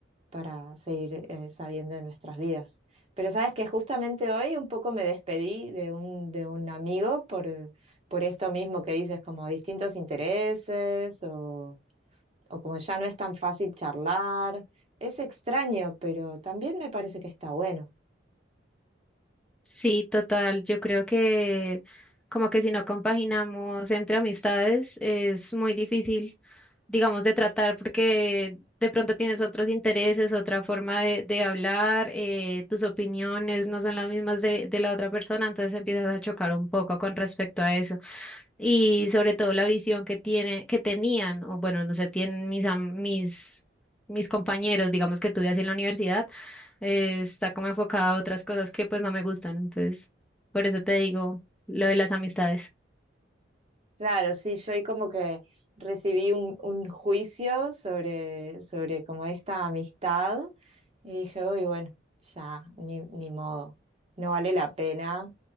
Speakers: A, on the right; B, in the centre.
A: para seguir eh, sabiendo de nuestras vidas. Pero sabes que justamente hoy un poco me despedí de un, de un amigo por, por esto mismo que dices, como distintos intereses o, o como ya no es tan fácil charlar. Es extraño, pero también me parece que está bueno.
B: Sí, total. Yo creo que como que si no compaginamos entre amistades es muy difícil, digamos, de tratar porque de pronto tienes otros intereses, otra forma de, de hablar, eh, tus opiniones no son las mismas de, de la otra persona, entonces empiezas a chocar un poco con respecto a eso y sobre todo la visión que tiene, que tenían, o bueno, no sé, tienen mis, am- mis, mis compañeros, digamos que estudié así en la universidad, eh, está como enfocada a otras cosas que pues no me gustan, entonces por eso te digo lo de las amistades.
A: Claro, sí, yo hoy como que recibí un, un juicio sobre, sobre como esta amistad y dije, uy, bueno, ya, ni, ni modo, no vale la pena